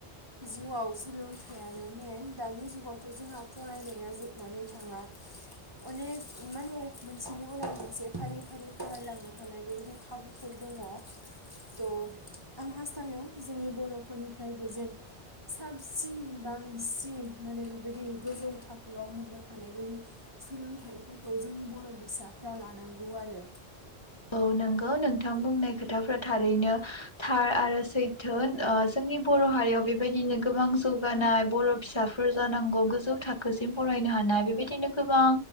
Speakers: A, on the right (about 20°); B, on the left (about 25°).
A: जिउआव सोलोंथाइयानो मेन दानि जुगावथ जोंहा फरायनाया जोबनानै थाङा अनेक माने मोनसेनि उनाव मोनसे फारि फारि फरायलांनो हानाय बेबायदि खाबुफोर दङ थ आं हास्थायो जोंनि बर'फोरनिफ्रायबो जेन साबसिन बांसिन माने बेबायदि गोजौ थाखोआव मोननो हानाय बायदि सोलोंथाइफोर खौ जोंनि बर' बिसाफ्रा लानांगौ आरो।
B: औ नंगौ नोंथां बुंनाय खोथाफ्रा थारैनो थार आरो सैथो ओ जोंनि बर' हारियाव बेबायदिनो गोबां जौगानाय बर' फिसाफोर जानांगौ गोजौ थाखोसिम फरायनो हानाय बेबायदिनो गोबां